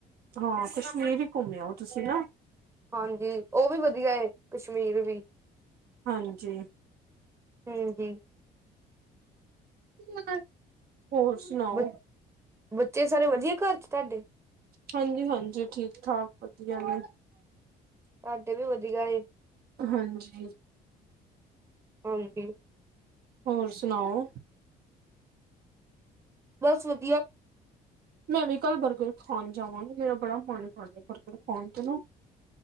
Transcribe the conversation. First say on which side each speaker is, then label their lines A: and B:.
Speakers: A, on the right; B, on the right.
A: ਹਾਂ ਕਸ਼ਮੀਰ ਵੀ ਘੁੰਮਿ ਆਓ ਤੁਸੀਂ ਨਾ
B: ਹਾਂਜੀ, ਉਹ ਵੀ ਵਧੀਆ ਕਸ਼ਮੀਰ ਵੀ।
A: ਹਾਂਜੀ।
B: ਹੂੰ--ਹੂੰ
A: <unintelligible> ਹੋਰ ਸੁਣਾਓ?
B: ਬ ਬੱਚੇ ਸਾਰੇ ਵਧੀਆ, ਘਰ ਚ ਤੁਹਾਡੇ?
A: ਹਾਂਜੀ, ਹਾਂਜੀ, ਠੀਕ- ਠਾਕ ਵਧੀਆ ਨੇ।
B: ਤਾਡੇ ਵੀ ਵਧੀਆ ਏ।
A: ਹਾਂਜੀ।
B: ਹਾਂਜੀ,
A: ਹੋਰ ਸੁਣਾਓ?
B: ਬਸ ਵਧੀਆ।
A: ਮੈਂ ਵੀ ਕੱਲ ਬਰਗਰ ਖਾਣ ਜਾਵਾਂਗੀ, ਮੇਰਾ ਬੜਾ ਮਨ ਕਰਦਾ ਐ, ਬਰਗਰ ਖਾਣ ਚਨਾ